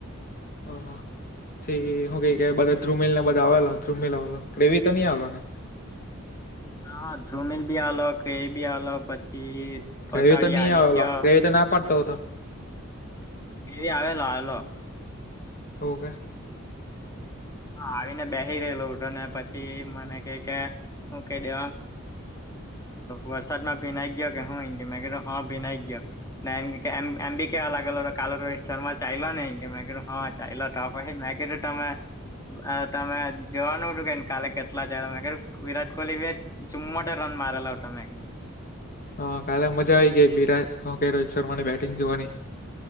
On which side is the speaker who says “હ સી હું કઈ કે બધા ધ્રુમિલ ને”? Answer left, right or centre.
Left